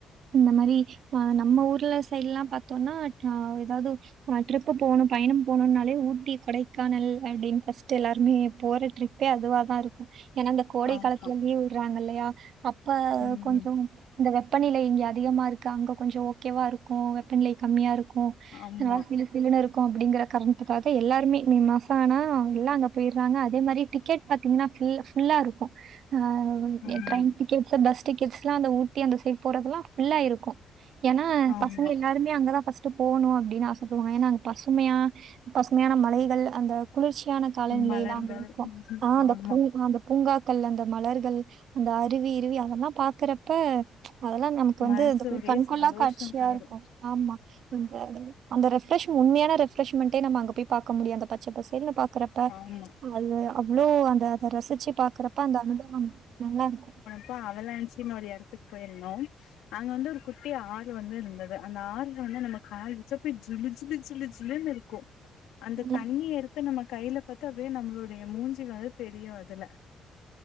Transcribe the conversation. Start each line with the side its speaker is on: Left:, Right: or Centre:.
Right: இந்த மாரி ஆ நம்ம ஊர்ல சைட்ல பாத்தோன்னா ஆ ஏதாவது நா ட்ரிப்பு போணு பயணம் போனுன்னாலே ஊட்டி கொடைக்கானல் அப்டின் பஸ்ட்டு எல்லாருமே போற ட்ரிப் பே அதுவ தா இருக்கு ஏனா இந்த கோடை
Left: ஆமா
Right: காலத்துல லீவ் உட்றாங்க இல்லையா அப்ப
Left: ம்
Right: கொஞ்ச
Left: ம்
Right: இந்த வெப்பநிலை இங்கே அதிகமா இருக்கு அங்க கொஞ்ச ஓகேவா இருக்கோ வெப்பநிலை கம்மியா இருக்கோ
Left: ஆமா
Right: நல்லா சிலு சிலுனு இருக்கு அப்டிங்கிற காரண்துக்காக எல்லாருமே மே மாசோ ஆனா எல்லா அங்கே போயிற்றாங்க அதே மாரி டிக்கெட் பாத்திங்னா ஃபுல் ஃபுல்லா இருக்கு உ
Left: ஆமா
Right: எ ட்ரெயின் டிக்கெட் அ பஸ் டிக்கெட்ஸ்லா அந்த ஊட்டி அந்த சைட் போறதல்லா ஃபுல்லாயி இருக்கோ ஏனா
Left: ஆமா
Right: பசங்க எல்லாருமே அங்கதா ஃபஸ்ட் டு போணு அப்டினு ஆசப்படுவாங்க ஏனா அங்க பசுமையா பசுமையான மலைகள் அந்த குளிர்ச்சியான காலநிலைலா
Left: மலர்கள்
Right: அங்க இருக்கு ஆ அந்த
Left: ஆமா
Right: பூ அந்த பூங்காக்கள் அந்த மலர்கள் அந்த அருவிகிருவி அதல்லா பாக்கறப்ப அதல்லா நம் கு வந்து
Left: மனசு
Right: அந்த ஒரு
Left: ஒரே
Right: கண்கொள்ளா
Left: சந்தோஷமாயிரு
Right: காட்சியா இருக்கோ ஆமா அது வந்து <unintelligible> அந்த ரெப் ரஷ் உண்மையான ரெப்ரஷ்மெண்டே நம்ம அங்க போய் பாக்க முடியுஅந்த பச்ச பசேல்னு பாக்றப்ப
Left: ஆமா
Right: அதுதா அவ்ளோ அந்த அத ரசிச்சு பாக்குறப்ப அந்த அனுபவம் நல்லாருக்கு
Left: அப்ப அவளான்சின்னு ஒரு எடத்துக்கு போயிருந்தோம் அங்க வந்து ஒரு குட்டி ஆறு வந்து இருந்தது அந்த ஆறுல வந்து நம்ம கால்வெச்சா போய் ஜிளு ஜிளு ஜிளு ளுனு இருக்கு அந்த
Right: நல்லா
Left: தண்ணிய எடுத்து நம்ம கையில பாத்து அப்டியே நம்ளுடைய மூஞ்சி வந்து தெரியு அதுல